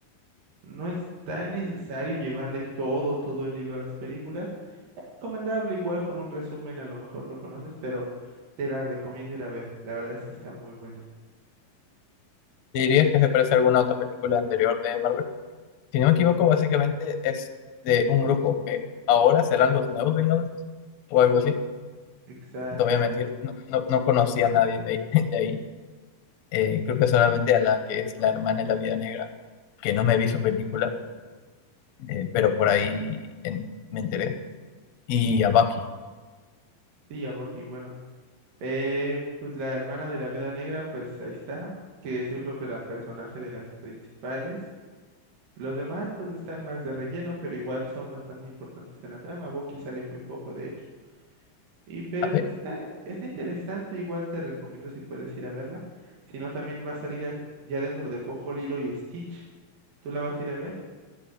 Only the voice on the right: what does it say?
No es tan necesario llevarle todo, todo el hilo a las películas. Es recomendable, igual con un resumen, a lo mejor lo conoces, pero te la recomiendo ir a ver. La verdad es que está muy buena.
Exacto.
Sí, ya Bucky, bueno. Eh, pues la hermana de la viuda negra, pues ahí está, que es yo creo que la personaje de las principales. Los demás pues están más de relleno, pero igual son bastante importantes en la trama. Bucky sale muy poco, de hecho. Y pero
pues
está, está interesante, igual te recomiendo si puedes ir a verla. Si no, también va a salir a- ya dentro de poco Lilo y Stitch. ¿Tú la vas a ir a ver?